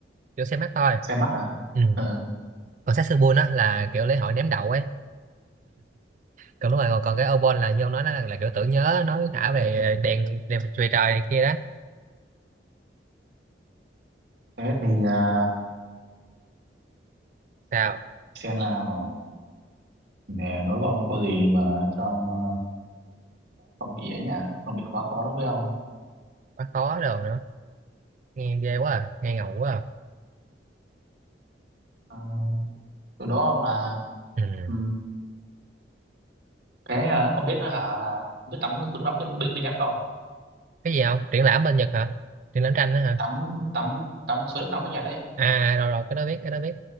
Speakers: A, on the right (about 45°); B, on the right (about 60°).
A: kiểu xem mắt thôi.
B: xe mắc à
A: Ừ.
B: ừ.
A: Còn Satsubun á là kiểu lễ hội ném đậu ấy. Còn đúng rồi, còn, còn cái Obon là như ông nói nó là, là kiểu tưởng nhớ, nói đã về đèn đèn về trời này kia đó.
B: thế thì à,
A: Sao?
B: xem nào để đối với ông có gì mà cho ông à, không bị ấy nhỉ không bị quá khó đối với ông
A: Quá khó đồ nữa. Nghe ghê quá à, nghe ngầu quá à.
B: à, từ đó mà
A: Ừ.
B: ừ. cái à, ông biết đó hả là biết tắm suối nước nóng trên bên, bên Nhật không
A: cái gì không triển lãm bên Nhật hả triển lãm tranh đó hả
B: tắm tắm tắm suối nước nóng bên Nhật đấy
A: à rồi rồi cái đó biết cái đó biết